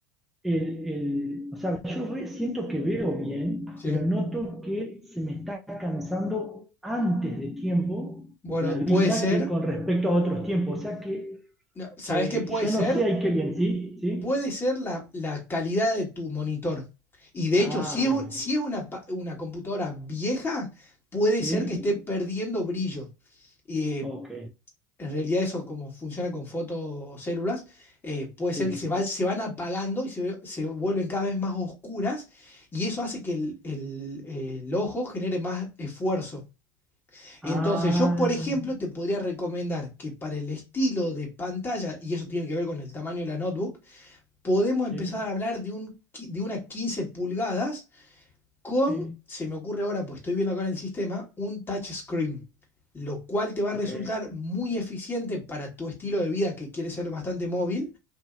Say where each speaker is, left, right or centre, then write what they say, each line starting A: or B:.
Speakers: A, in the centre; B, on the left.
A: el, el- o sea, yo ve- siento que veo bien,
B: ¿sí?
A: pero noto que se me está cansando antes de tiempo
B: Bueno,
A: la vista
B: puede ser,
A: que con respecto a otros tiempos. O sea que
B: no, ¿sabés
A: eh,
B: qué puede
A: yo
B: ser?
A: no sé ahí qué bien, ¿sí? ¿Sí?
B: puede ser la, la calidad de tu monitor. Y de
A: Ah,
B: hecho, si
A: bien.
B: es, un- si es una, pa- una computadora vieja, puede
A: ¿Sí?
B: ser que esté perdiendo brillo. Y eh,
A: Ok,
B: en realidad eso, como funciona con fotocélulas, eh, puede ser
A: sí.
B: que se, va- se van apagando y se, ve- se vuelven cada vez más oscuras y eso hace que el, el- el ojo genere más esfuerzo. Entonces,
A: Ah,
B: yo, por ejemplo, te podría recomendar que para el estilo de pantalla, y eso tiene que ver con el tamaño de la notebook, podemos empezar
A: sí.
B: a hablar de, un, de una 15 pulgadas con,
A: Sí,
B: se me ocurre ahora, pues estoy viendo acá en el sistema, un touch screen lo cual te va
A: ok,
B: a resultar muy eficiente para tu estilo de vida que quiere ser bastante móvil.